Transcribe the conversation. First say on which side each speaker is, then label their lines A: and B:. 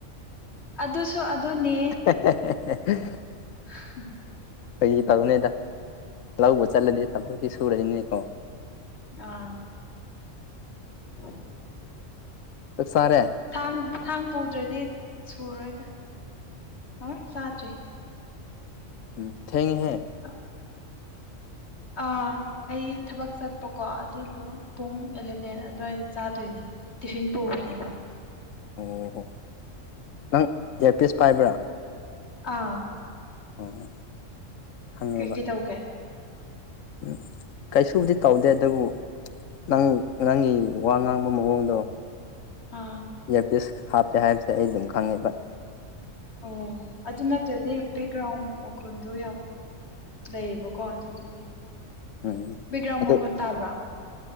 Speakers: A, on the left; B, on the left.
A: ꯑꯗꯨꯁꯨ ꯑꯗꯨꯅꯦ
B: <unintelligible>
A: <unintelligible>
B: ꯐꯒꯤ ꯇꯧꯕꯅꯦꯗ ꯂꯧꯕꯨ ꯆꯠꯂꯗꯤ ꯊꯕꯛꯇꯤ ꯁꯨꯔꯅꯤꯅꯦꯀꯣ
A: ꯑꯥ <unintelligible>
B: ꯆꯥꯛ ꯆꯥꯔꯦ
A: ꯊꯥꯡ ꯊꯥꯡ ꯄꯨꯗ꯭ꯔꯗꯤ ꯁꯨꯔꯣꯏꯗ ꯑ ꯆꯥꯗ꯭ꯔꯤ
B: ꯎꯝ ꯊꯦꯡꯉꯦꯍꯦ
A: ꯑꯛ ꯑꯥ ꯑꯩ ꯊꯕꯛ ꯆꯠꯄꯀꯣ ꯑꯗꯨꯗꯣ ꯄꯨꯡ ꯑꯦꯂꯚꯦꯟ ꯑꯗꯨꯋꯥꯏ ꯆꯥꯗꯣꯏꯅꯦ ꯇꯤꯐꯤꯟ ꯄꯨꯕꯅꯦꯕꯣ
B: ꯑꯣ ꯑꯣꯍꯣ ꯅꯪ ꯏꯌꯥꯔꯄꯤꯁ ꯄꯥꯏꯕ꯭ꯔꯣ
A: ꯑꯥ
B: <unintelligible> ꯈꯪꯉꯦꯕ
A: ꯀꯩ ꯀꯩ ꯇꯧꯒꯦ
B: ꯎꯝ ꯀꯩꯁꯨꯕꯨꯗꯤ ꯇꯧꯗꯦ ꯑꯗꯨꯕꯨ ꯅꯪ ꯅꯪꯒꯤ ꯋꯥ ꯉꯥꯡꯕ ꯃꯑꯣꯡꯗꯣ
A: ꯑꯥ
B: ꯏꯌꯥꯔꯄꯤꯁ ꯍꯥꯞꯄꯦ ꯍꯥꯏꯕꯁꯦ ꯑꯩ ꯑꯗꯨꯝ ꯈꯪꯉꯦꯕ
A: ꯑꯣ ꯑꯗꯨ ꯅꯠꯇ꯭ꯔꯗꯤ ꯕꯦꯛꯒ꯭ꯔꯥꯎꯟ ꯃꯈꯣꯟꯗꯣ ꯌꯥꯝ ꯂꯩꯌꯦꯕꯀꯣ ꯑꯗꯨꯗꯨꯒꯤ
B: ꯎꯝ
A: ꯕꯦꯛꯒ꯭ꯔꯥꯎꯟ
B: ꯑꯗꯨ
A: ꯃꯈꯣꯟ ꯇꯥꯕ꯭ꯔꯣ